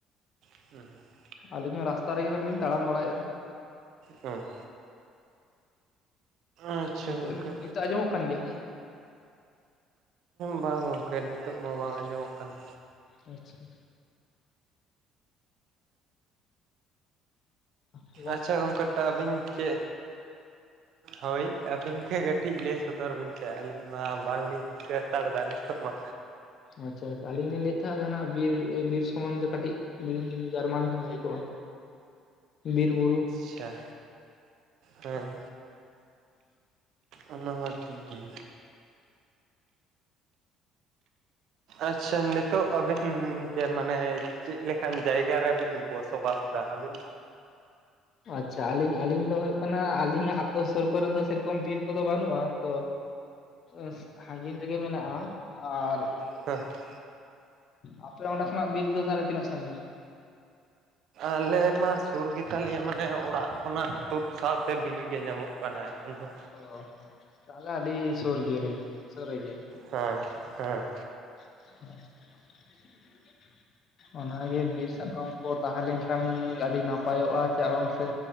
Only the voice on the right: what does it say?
<inaudible>
ᱦᱩᱸ ᱟᱪᱪᱷᱟ
ᱜᱚᱝᱠᱮ
ᱵᱟᱝ ᱜᱚᱝᱠᱮ ᱱᱤᱛᱚᱜ ᱢᱟ ᱵᱟᱝ ᱟᱸᱡᱚᱢᱚᱜ ᱠᱟᱱᱟ᱾
ᱟᱪᱪᱷᱟ ᱜᱚᱝᱠᱮ ᱴᱟ ᱟᱵᱤᱧ ᱪᱮᱹ ᱦᱳᱭ ᱟᱹᱵᱤᱱ ᱜᱮ ᱠᱟᱹᱴᱤᱡ ᱞᱮᱥ ᱥᱚᱫᱚᱨ ᱵᱤᱱ ᱥᱮ ᱟᱞᱤᱧ ᱢᱟ ᱵᱟᱝᱞᱤᱧ ᱫᱤᱥᱟᱹ ᱦᱟᱛᱟᱲ ᱫᱟ ᱱᱤᱛᱚᱜ ᱢᱟ᱾
ᱪᱷᱟ ᱦᱮᱸ ᱚᱱᱟ ᱢᱟ ᱴᱷᱤᱠ ᱜᱤ᱾ ᱟᱪᱪᱷᱟ ᱱᱤᱛᱚᱜ ᱟᱵᱮᱱ ᱛᱮ ᱢᱟᱱᱮ ᱪᱮᱜ ᱞᱮᱠᱟᱱ ᱡᱟᱭᱜᱟ ᱨᱮᱵᱤᱱ ᱵᱚᱥᱚᱵᱟᱥ ᱫᱟ ᱟᱵᱤᱱ?
<inaudible>
ᱟᱞᱮ ᱢᱟ ᱥᱩᱨ ᱜᱮ ᱛᱟᱞᱮᱭᱟ ᱢᱟᱱᱮ ᱚᱲᱟᱜ ᱠᱷᱚᱱᱟᱜ ᱛᱳᱫ ᱥᱟᱶᱛᱮ ᱵᱤᱨ ᱜᱮ ᱧᱟᱢᱚᱜ᱾ ᱯᱟᱱᱟ ᱮᱠᱷᱚᱱ ᱫᱚ
ᱦᱮᱸ ᱦᱮᱸ